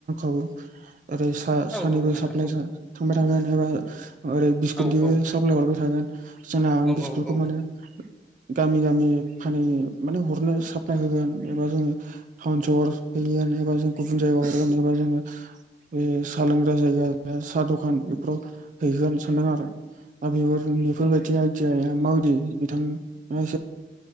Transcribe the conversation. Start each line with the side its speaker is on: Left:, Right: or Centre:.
Right: औ ओरै सा
Centre: औ
Right: सानिबो
Centre: औ नोंथां
Right: साप्लइ
Centre: औ
Right: थांबाय थागोन एबा ओरै बिस्कुबो
Centre: औ औ
Right: थागोन जोंना आं
Centre: औ
Right: बिस्कुटखौ
Centre: औ औ
Right: मोनो गामि गामि फानि माने हरनो साप्लाय होगोन एबा जोङो टाउन सहर बि एबा जों गुबुन जायगायाव हरगोन एबा जोङो बे साहा लोंग्रा जायगा साहा दखान बेफोराव हैगोन सानदों आरो <unintelligible> बेफोर बेफोरबायदि आइदियाया माबादि बिथाङा